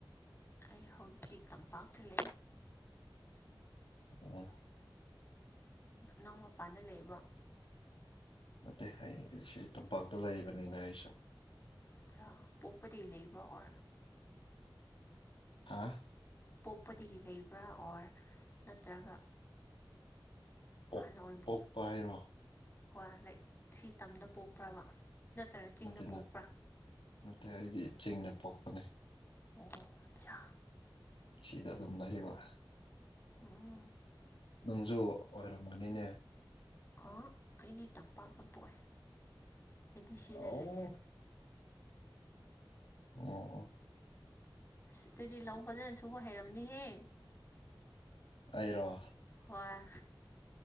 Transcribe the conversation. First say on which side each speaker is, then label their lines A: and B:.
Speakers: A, on the left; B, on the left.
A: ꯑꯩ ꯍꯧꯖꯤꯛ ꯇꯝꯄꯥꯛꯇ ꯂꯩꯦ
B: ꯑꯣ
A: ꯅꯧꯎ ꯃꯄꯥꯟꯗ ꯂꯩꯕ꯭ꯔꯣ
B: ꯅꯠꯇꯦ ꯑꯩ ꯁꯤ ꯇꯝꯄꯥꯛꯇ ꯂꯩꯕꯅꯤꯅ ꯑꯩꯁꯨ
A: ꯑꯠꯆꯥ ꯄꯣꯛꯄꯗꯤ ꯂꯩꯕ꯭ꯔꯣ ꯑꯣꯔ
B: ꯍꯥꯥ
A: ꯄꯣꯛꯄꯗꯒꯤ ꯂꯩꯕ꯭ꯔꯥ ꯑꯣꯔ ꯅꯠꯇ꯭ꯔꯒ
B: ꯑꯣ
A: ꯍꯅ ꯑꯣꯏꯕ
B: ꯄꯣꯛꯄ ꯍꯥꯏꯔꯣ
A: ꯍꯣꯏ ꯂꯥꯏꯛ ꯁꯤ ꯇꯝꯗ ꯄꯣꯛꯄ꯭ꯔꯕ ꯅꯠꯇꯔ ꯆꯤꯡꯗ
B: ꯅꯠꯇꯦ
A: ꯄꯣꯛꯄ꯭ꯔꯥ
B: ꯅꯠꯇꯦ ꯍꯥꯏꯗꯤ ꯆꯤꯡꯗ ꯄꯣꯛꯄꯅꯦ
A: ꯑꯣ ꯑꯆꯥ
B: ꯁꯤꯗ ꯑꯗꯨꯝ ꯂꯩꯌꯦꯕ
A: ꯎꯝ
B: ꯅꯪꯁꯨ ꯑꯣꯏꯔꯝꯕꯅꯤꯅꯦ
A: ꯑ ꯑꯩꯗꯤ ꯇꯝꯄꯥꯛꯇ ꯄꯣꯛꯑꯦ ꯑꯦꯗꯤ ꯁꯤꯗꯂꯦ
B: ꯑꯧ ꯑꯣ ꯑꯣ
A: ꯑꯁ ꯑꯗꯨꯗꯤ ꯂꯧ ꯐꯖꯅ ꯁꯨ ꯍꯩꯔꯕꯝꯅꯤꯍꯦ
B: ꯑꯩꯔꯣ
A: ꯍ